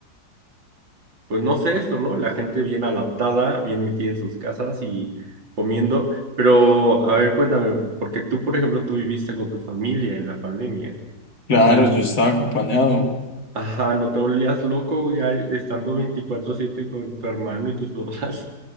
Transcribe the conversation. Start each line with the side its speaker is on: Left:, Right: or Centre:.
Right: pues no sé esto, ¿no? La gente bien adaptada, bien metida en sus casas y comiendo. Pero, a ver, cuéntame, porque tú, por ejemplo, tú viviste con tu familia en la pandemia.
Left: claro,
Right: Entonces,
Left: yo estaba acompañado.
Right: ajá, ¿no te volvías loco ya estando 24/7 con tu hermano y tus papás?